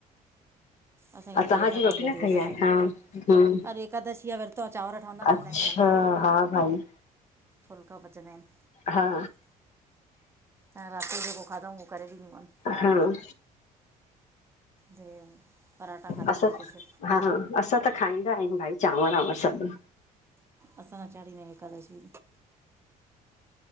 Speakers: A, on the right; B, on the left.
A: असां जे
B: ऐं
A: धर इ
B: तव्हांजी
A: देर सां
B: रोटी
A: ढवंदी
B: न
A: आ देर
B: खाई
A: सां
B: आहे
A: ठाईंदा
B: हा
A: ऐन
B: हम्म
A: कल एकादशीया विर्त चांवर ठहंदा न
B: अच्छा
A: असांजे घर में,
B: हा भाई
A: फुलका पचंदा आहिनि।
B: हा
A: त राति जो जेको खाधऊं उहो करे ॾींदीमनि।
B: हम्म
A: हम्म, पराठा खाधायूं
B: असां
A: या कुझु
B: हा असां त खाईंदा आहियूं भाई चांवर- वांवर सभु।
A: असां न चाणींदा आहियूं एकादशी